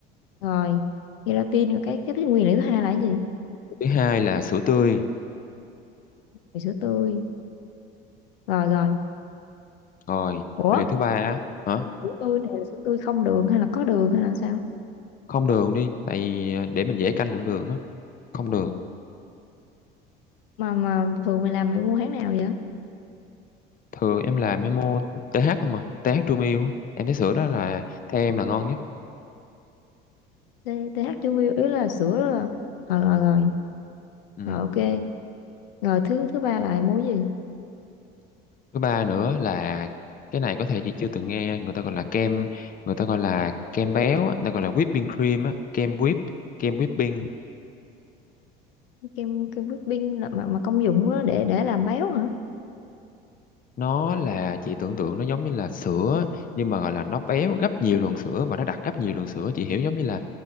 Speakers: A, on the left; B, on the left.
A: Rồi, gelatin rồi cái cái thứ nguyên liệu thứ hai là cái gì?
B: thứ hai là sữa tươi
A: Rồi sữa tươi. Rồi rồi.
B: rồi
A: Ủa,
B: nguyên liệu thứ ba á hả
A: sữa tươi này là sữa tươi không đường hay là có đường hay là sao?
B: không đường đi tại vì à, để mình dễ canh lượng đường á không đường
A: mà mà thường mày làm mày mua hãng nào vậy
B: thường em làm memo TH không mà TH True Milk á em thấy sữa đó là theo em là ngon nhất
A: T- TH chú Miu ý là sữa là rồi rồi rồi
B: ừ.
A: rồi ok rồi thứ thứ ba là mua gì
B: thứ ba nữa là cái này có thể chị chưa từng nghe người ta gọi là kem người ta gọi là kem béo á, người ta gọi là whipping cream á kem whip kem whipping
A: Cái kem kem whipping là mà, mà công dụng đó để để làm béo hả
B: nó là chị tưởng tượng nó giống như là sữa nhưng mà gọi là nó béo gấp nhiều lần sữa và nó đặc gấp nhiều lần sữa chị hiểu giống như là